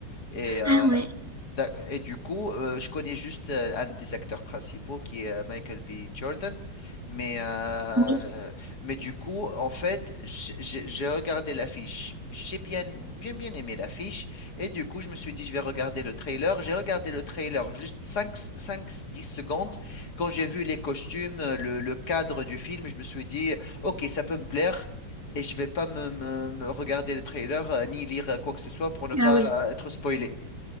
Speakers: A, on the left; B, on the right.
A: Et euh,
B: Ah ouais,
A: D'ac- Et du coup, euh, je connais juste euh, un des acteurs principaux qui est euh, Michael B. Jordan. Mais, euh,
B: oui.
A: mais du coup, en fait, j- j'ai j'ai regardé l'affiche. J'ai bien, j'ai bien aimé l'affiche. Et du coup, je me suis dit, je vais regarder le trailer. J'ai regardé le trailer juste cinq, cinq, dix secondes. Quand j'ai vu les costumes, euh, le, le cadre du film, je me suis dit, OK, ça peut me plaire. Et je vais pas me, me- me regarder le trailer, euh, ni lire euh, quoi que ce soit pour ne pas
B: Ah oui.
A: euh, être spoilé.